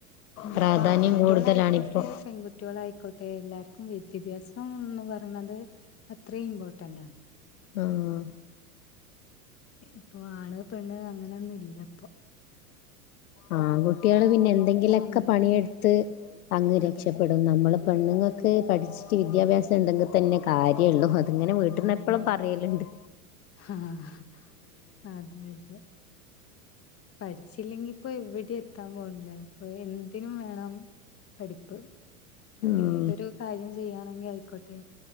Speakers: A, on the left; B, on the left.
A: പ്രാധാന്യം
B: ഇപ്പൊ ആൺകുട്ടികളായിക്കോട്ടെ
A: കൂടുതലാണിപ്പോ
B: പെൺകുട്ടികളായിക്കോട്ടെ എല്ലാർക്കും വിദ്യാഭ്യാസം ഒന്ന് പറ ന്നത് അത്രയും ഇമ്പോർട്ടെൻ്റാണ്
A: ആഹ്
B: ഇപ്പോ ആണ് പെണ്ണു അങ്ങനെന്നും ഇല്ലപ്പൊ
A: ആൺകുട്ടികള് പിന്നെ എന്തെങ്കിലുമൊക്കെ
B: സ്വന്തം
A: പണിയെടുത്ത് അങ്ങ്
B: അതെ
A: രക്ഷപ്പെടും നമ്മൾ പെണ്ണുങ്ങൾക്ക് പഠിച്ചിട്ട് വിദ്യാഭ്യാസം ഉണ്ടെങ്കിൽ തന്നെ കാര്യേള്ളൂ അങ്ങനെ വീട്ടിൽന്ന്
B: അതെ
A: എപ്പളും
B: അതെ
A: പറയലണ്ട്
B: ആഹ് അതെ അതെ പഠിച്ചില്ലെങ്കിപ്പൊ എവിടെത്ത ത്താൻ പോണില്ല അപ്പൊ എന്തിനും വേണം പഠിപ്പ്
A: ഉം
B: ഏതൊരു കാര്യം ചെയ്യണെങ്കിൽ ആയിക്കോട്ടെ